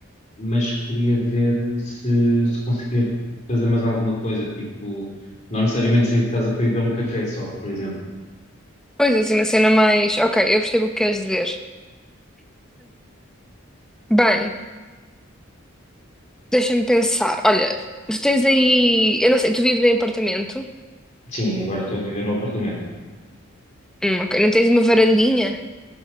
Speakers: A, on the left; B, in the centre.
A: mas queria ver se, se conseguia fazer mais alguma coisa, tipo, não necessariamente sair de casa para ir beber um café só, por exemplo.
B: Pois assim, uma cena mais. Ok, eu percebo o que queres dizer. Bem, deixa-me pensar. Olha, tu tens aí. Eu não sei, tu vives em apartamento?
A: Sim, agora estou a viver no apartamento.
B: Hum, ok. Não tens uma varandinha?